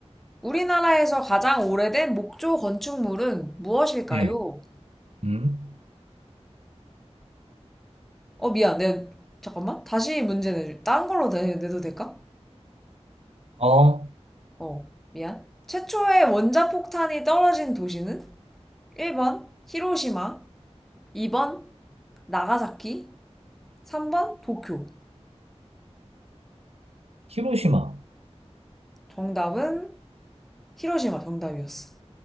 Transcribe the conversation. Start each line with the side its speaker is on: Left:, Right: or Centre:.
Centre: 우리나라에서 가장 오래된 목조 건축물은 무엇일까요?
Right: 예. 음.
Centre: 어, 미안. 내, 잠깐만. 다시 문제 내줄. 딴 걸로 내, 내도 될까?
Right: 어,
Centre: 어, 미안. 최초의 원자폭탄이 떨어진 도시는? 1번, 히로시마. 2번, 나가사키. 3번 도쿄.
Right: 히로시마.
Centre: 정답은 히로시마 정답이었어.